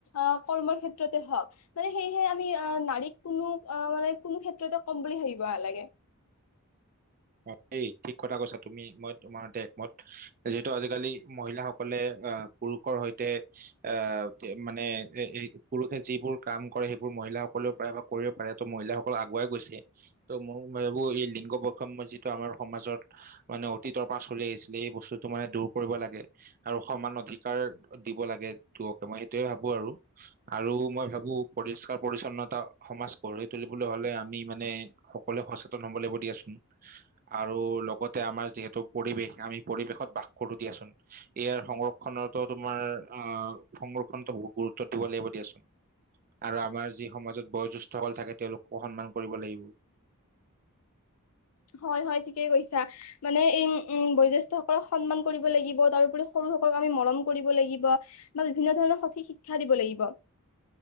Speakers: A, on the left (about 75°); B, on the right (about 40°).
A: অ কৰ্মৰ ক্ষেত্ৰতে হওক মানে সেয়েহে আমি নাৰীক কোনো অ' মানে কোনো ক্ষেত্ৰতে ক'ম বুলি ভাবিব নালাগে
B: অ' সেই ঠিক কথা কৈয়ছা তুমি মই তোমাৰতে একমত যিহেতু আজিকালি মহিলাাসকলে আহ পুৰুষৰ সৈতে অহ মানে পুৰুষে যিবোৰ কাম কৰে সেইবোৰ মহিলাাসকলেও পাৰে বা কৰিব পাৰে মহিলাসকল আগুৱাই গৈছে ত মই ভাবো ই লিংগ বৈষম যিটো আমাৰ সমাজত মানে অতীতৰ পৰা চলি আহিছিলে এই বস্তুটো মানে দূৰ কৰিব লাগে আৰু সমান অধিকাৰ দিব লাগে ত মই সেইটোয়ে ভাবো আৰু আৰু মই ভাবো পৰিস্কাৰ পৰিচ্ছন্নতা সমাজ গঢ়ি তুলিবলৈ হলে আমি মানে সকলোৱে সচেতন হব লাগিব দিয়াচোন উ <unintelligible> আৰু লগতে আমাৰ যিহেতু পৰিৱেশ আমি পৰিৱেশত বাস কৰো দিয়াচোন ইয়াৰ সংৰক্ষণনৰৰ এতিয়া তোমাৰ আ সংৰক্ষণতো বহুত গুৰুত্ব দিব লাগিব দিয়াচোন আৰু আমাৰ যি সমাজত বয়োজ্যেষ্ঠসকল থাকে তেওঁলোকো সন্মান কৰিব লাগিব
A: হয় হয় ঠিকে কৈছা মানে এই উম বয়োজ্যেষ্ঠ সকলক সন্মান কৰিব লাগিব তাৰোপৰি সৰু সিহতক আমি মৰম কৰিব লাগিব বা বিভিন্ন ধৰণৰ সঠিক শিক্ষা দিব লাগিব